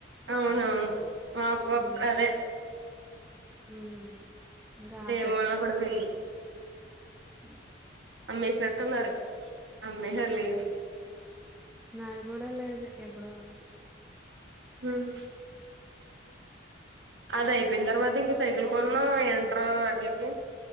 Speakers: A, on the right; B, in the centre.
A: అవునవును. మాపోప్పు
B: హ్మ్.
A: అదే.
B: హ్మ్. ఇంకా
A: అదే
B: ఆ
A: వాన్లొ పడిపోయింది.
B: ఉమ్.
A: అమ్మేస్నట్టున్నరూ అమ్మేసర్ లేదు.
B: నాద్ గుడా లేదే. ఎప్పుడో.
A: ఉమ్. అధైపోయినతర్వత ఇంక సైకిల్ కొన్నాం ఎంట్ర అట్లికీ